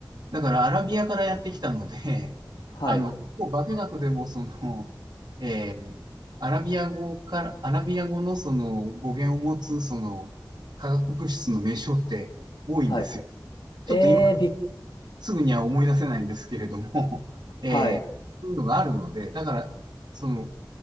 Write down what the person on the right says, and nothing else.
だからアラビアからやってきたので、
<laughs> あの、結構化学でもその、<laughs> えーアラビア語から、アラビア語のその語源を持つその化学物質の名称って多いんですよ。
ちょっと今
すぐには思い出せないんですけれども、<laughs> えーそういうのがあるので、
だから、その、